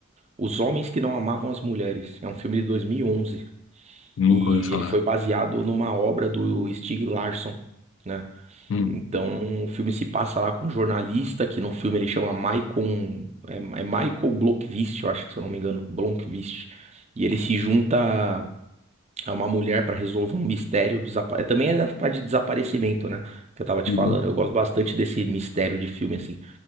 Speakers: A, on the right; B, on the left.
A: Os Homens que Não Amavam as Mulheres. É um filme de 2011 e onze
B: Nunca
A: e
B: ouvi falar.
A: ele foi baseado numa obra do Stieg Larsson. né?
B: Hum.
A: Então, o filme se passa lá com um jornalista, que no filme ele chama Michael, é, é Michael Blomkvist, eu acho que se eu não me engano, Blomkvist. E ele se junta a uma mulher para resolver um mistério, desapa- é, também é da parte de desaparecimento, né, que eu tava te
B: Uhum.
A: falando. Eu gosto bastante desse mistério de filme, assim.